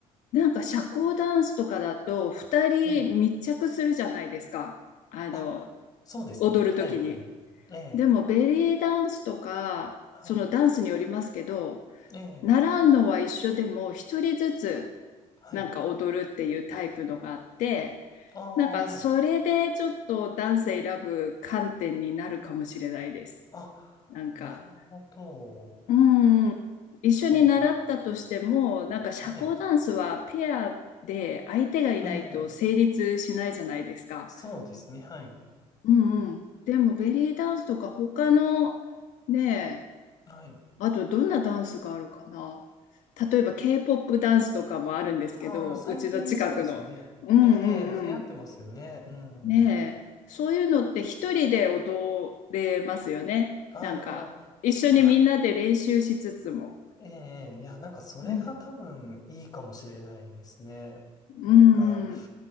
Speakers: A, on the left (about 70°); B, on the left (about 30°).
A: なんか社交ダンスとかだと2人密着するじゃないですか。
B: ええ。
A: あの、
B: あ、そうですね。
A: 踊るときに。
B: はい、はい。ええ、
A: でもベリーダンスとか、
B: はい。
A: そのダンスによりますけど、
B: ええ、
A: 習うのは一緒でも一人ずつ
B: はい。
A: なんか踊るっていうタイプのがあって、
B: ああ、
A: なんかそれでちょっとダンス選ぶ観点になるかもしれないです。
B: はい。あ、
A: なんか
B: なるほど。うん
A: うん、一緒に習ったとしても、
B: うんうん。
A: なんか社交ダンスはペアで相手がいないと成立しないじゃないですか。
B: はい。ええ、そうですね。はい。
A: うんうん。でもベリーダンスとか他のね、
B: はい。
A: あとどんなダンスがあるかな。例えば K-POP ダンスとかもあるんですけど、
B: ああ、最近そうですね。
A: うちの近くの。うんうんうん。
B: ええ、流行ってますよね。うん。
A: ねえ、そういうのって一人で踊れますよね。
B: ああ。
A: なんか一緒にみんなで練習しつつも。
B: いや、ええいや、なんかそれが多分いいかもしれないですね。
A: うんうんうん
B: なんか、